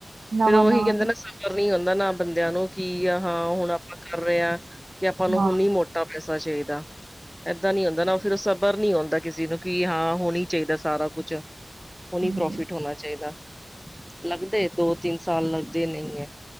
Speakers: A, on the right; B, in the centre.
A: ਨਵਾਂ
B: ਫਿਰ ਓਹੀ
A: ਨਵਾਂ
B: ਕੈਂਦੇ ਨਾ ਸਬਰ ਨੀ ਹੁੰਦਾ ਨਾ ਬੰਦਿਆਂ ਨੂੰ ਕੀ ਆ ਹਾਂ, ਹੁਣ ਆਪਾਂ ਕਰ ਰਿਆ ਕੀ ਆਪਾਂ ਨੂੰ
A: ਹਾਂ
B: ਹੁਣੀ ਮੋਟਾ ਪੈਸਾ ਚਾਈਦਾ। ਏਦਾਂ ਨੀ ਹੁੰਦਾ ਨਾ ਓ ਫਿਰ ਸਬਰ ਨੀ ਹੁੰਦਾ ਕਿਸੀ ਨੂੰ ਕੀ ਹਾਂ ਹੁਣੀ ਚਾਈਦਾ ਸਾਰਾ ਕੁਛ। ਹੁਣੀ
A: ਹਮ,
B: ਪ੍ਰੋਫਿਟ ਹੋਣਾ ਚਾਈਦਾ ਲੱਗਦੇ ਦੋ ਤਿੰਨ ਸਾਲ ਲੱਗਦੇ ਨਈ ਐ।